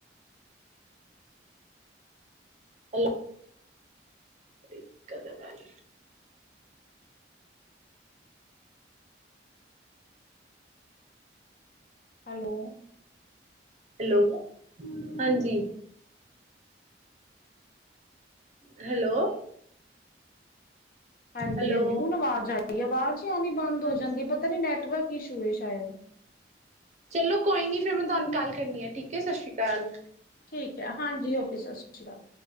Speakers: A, on the right; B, on the left.
A: ਹੈਲੋ ੜ ਕਦਗਾਾਲ
B: ਹੈਲੋ
A: ਹੈਲੋ ਹਾਂਜੀ ਹੈਲੋ
B: ਹਾਂਜੀ
A: ਹੈਲੋ
B: ਹਾਂਜੀ ਹੁਣ ਅਵਾਜ਼ ਆਈ ਅਹੀ ਆਵਾਜ਼ ਿਆੀ ਬੰਦ
A: ਹਾਂਜੀ
B: ਹੋ ਜਾਂਦੀ ਹੈ ਪਤਾ ਨੀ ਨੈਟ ਨੈੱਟ ਵਰਕ ਇਸ਼ੂ ਹੈ ਸ਼ਾਇਦ।
A: ਚਲੋ ਕੋਈ ਨੀ ਫੇਰ ਮੈਂ ਤੁਹਾਨੂੰ ਕਾਲ ਕਰਨੀ ਆ ਠੀਕ ਹੈ ਸਤਿ ਸ਼੍ਰੀ ਅਕਾਲ
B: ਠੀਕ ਹੈ ਹਾਂਜੀ ਹੋ ਵੀ ਸਤਿ ਸ੍ਰੀ ਅਕਾਲ